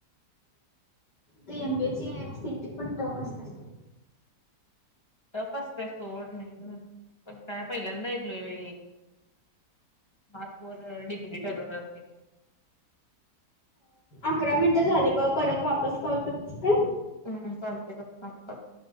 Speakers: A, on the left; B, on the left.
A: ते एमबीची सीट पण टप असत सर
B: तफ असते सोड नाही पण काय पहिल्यांदा ऐकलोय बाई मार्क वर डिग्री ठरवणारे
A: अकरा मिनिटं झाले बघ परत वापस कॉल करतीस काय
B: हम् चालतय थांब करतो